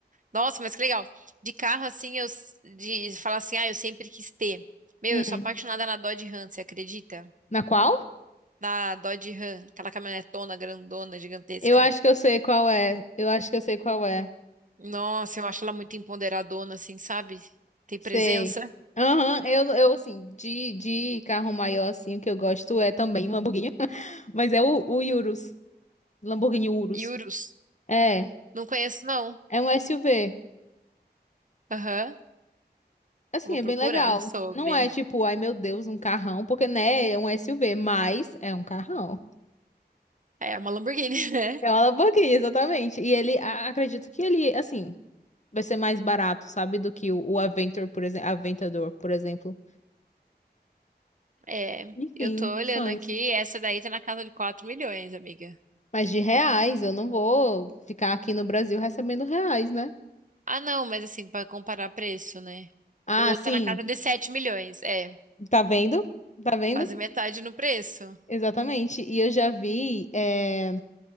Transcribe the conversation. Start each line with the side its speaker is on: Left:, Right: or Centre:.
Right: Nossa, mas que legal. De carro assim, eu s- de falar assim, ah, eu sempre quis ter. Meu,
Left: Hum,
Right: eu sou apaixonada na Dodge Ram, você acredita?
Left: na qual?
Right: na Dodge Ram, aquela caminhonetona grandona, gigantesca.
Left: Eu acho que eu sei qual é. Eu acho que eu sei qual é.
Right: Nossa, eu acho ela muito empoderadona, assim, sabe? Tem
Left: Sei.
Right: presença.
Left: Aham, eu, eu assim, de, de carro maior, assim, o que eu gosto é também um Lamborghini, <laughs> mas é o, o Urus, Lamborghini Urus.
Right: E Urus.
Left: É,
Right: Não conheço, não.
Left: é um SUV.
Right: Aham,
Left: Assim,
Right: Vou
Left: é
Right: procurar
Left: bem legal.
Right: sobre.
Left: Não é tipo, ai meu Deus, um carrão, porque, né, é um SUV, mas é um carrão.
Right: É é uma Lamborghini, <laughs> né?
Left: É uma Lamborghini, exatamente. E ele, a- acredito que ele, assim, vai ser mais barato, sabe, do que o, o Aventor, por exemplo, Aventador, por exemplo.
Right: É,
Left: Enfim,
Right: eu tô olhando
Left: sonhos.
Right: aqui, essa daí tá na casa de 4 milhões, amiga.
Left: Mas de reais, eu não vou ficar aqui no Brasil recebendo reais, né?
Right: Ah, não, mas assim, pra comparar preço, né?
Left: Ah,
Right: O outro
Left: sim.
Right: tá na casa de 7 milhões, é,
Left: Tá vendo? Tá vendo?
Right: quase metade no preço.
Left: Exatamente. E eu já vi. eh,